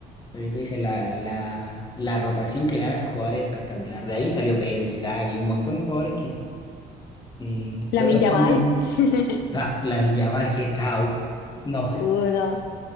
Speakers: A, on the left; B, on the left.
A: Lo que tú dices, la, la, la rotación que le dan a esos jugadores es espectacular. De ahí salió Pedri, Gavi, un montón de jugadores que, que
B: Lamine
A: de otra
B: Yamal.
A: forma.
B: <laughs>
A: Ah, Lamine Yamal que está. uf. No,
B: Uno.
A: es-